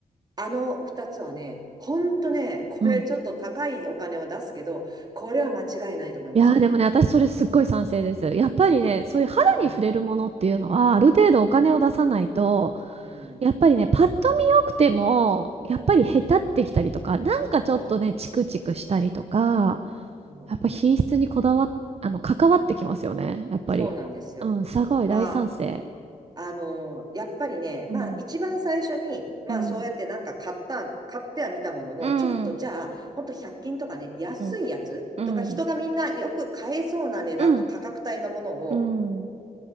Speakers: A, on the right; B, on the right.
A: あの2つはね、ほんとね、これちょっと高いお金を出すけど、
B: うん。
A: これは間違いないと思いましたね。
B: いやーでもね、私それすっごい賛成です。やっぱりね、そういう肌に触れるものっていうのは、
A: うん、
B: ある程度お金を出さないと、
A: うん、うん、
B: やっぱりね、パッと見良くても、やっぱりへたってきたりとか、
A: うん、
B: なんかちょっとね、
A: そ
B: チクチクしたりとか、
A: う、そう
B: やっぱ品質にこだわっ、あの、関わってきますよね、やっぱり。
A: そうなんですよ。
B: うん、すごい大賛成。
A: まあ、あの、やっぱりね、
B: うん、
A: まあ一番最初に、まあそうやってなんか買った、
B: うん、
A: 買っては見たものの、
B: うん、
A: ちょっとじゃあ、ほんと100均とかね、安いやつとか人がみんなよく買えそうな値段の価格帯のものを
B: うん、うん。うんうん。